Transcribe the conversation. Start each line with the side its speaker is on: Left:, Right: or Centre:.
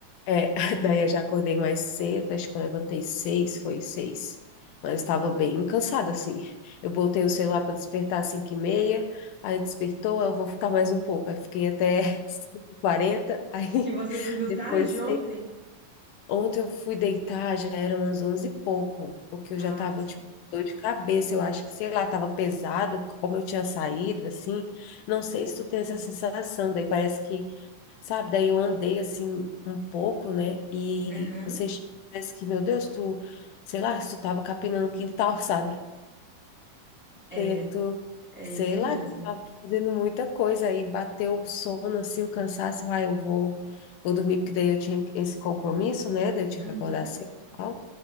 Left: É, <laughs> daí eu já acordei mais cedo, acho que eu levantei seis, foi seis. Mas estava bem cansada, assim. Eu botei o celular para despertar às cinco e meia, aí despertou, eu vou ficar mais um pouco. Aí fiquei até <laughs> cinco e quarenta, aí
Centre: E você dormiu
Left: <laughs> depois
Centre: tarde ontem?
Left: Ontem eu fui deitar, já era umas 11 e pouco, porque eu
Centre: Ah,
Left: já tava,
Centre: sim.
Left: tipo, dor de cabeça, eu acho que, sei lá, tava pesada, como eu tinha saído, assim, não sei se tu tem essa sensação, daí parece que, sabe, daí eu andei, assim, um pouco, né, e
Centre: Aham,
Left: você parece que, meu Deus, tu, sei lá, se tu tava capinando o quintal, <laughs> sabe,
Centre: é,
Left: Certo.
Centre: é
Left: Sei
Centre: isso
Left: lá,
Centre: mesmo.
Left: que eu tava fazendo muita coisa aí, bateu o sono, assim, o cansaço, ah, eu vou, vou dormir, porque daí eu tinha esse compromisso, né, daí eu tinha
Centre: Uhum.
Left: que acordar cedo e tal,